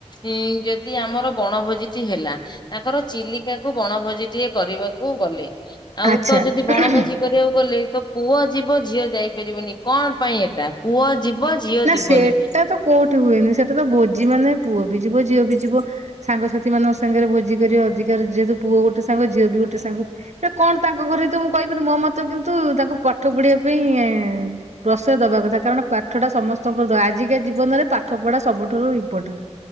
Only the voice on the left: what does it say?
ଇଁ ଯଦି ଆମର ବଣଭୋଜିଟି ହେଲା ତାଙ୍କର ଚିଲିକା କୁ ବଣଭୋଜି ଟିଏ କରିବାକୁ ଗଲେ ଆଉ
ତ ଯଦି ବଣଭୋଜି କରିବାକୁ ଗଲେ ତ ପୁଅ ଯିବ ଝିଅ ଯାଇପାରିବନି କଣ ପାଇଁ ଏଟା ପୁଅ ଯିବ ଝିଅ
ଯିବନି।